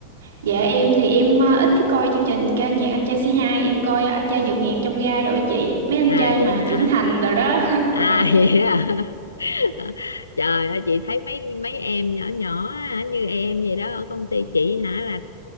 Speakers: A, on the right; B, on the left.
A: dạ em thì em à, ít cái coi chương trình ca nhạc Anh Trai C2 Em coi Anh Trai Vượt Ngàn Trong Gai rồi á chị Mấy anh
B: à
A: trai mà
B: vậy hả
A: trưởng thành rồi đó <laughs>
B: à <laughs> vậy à <laughs> trời ơi chị thấy mấy mấy em nhỏ nhỏ á, như em vậy đó ở công ty chị hả là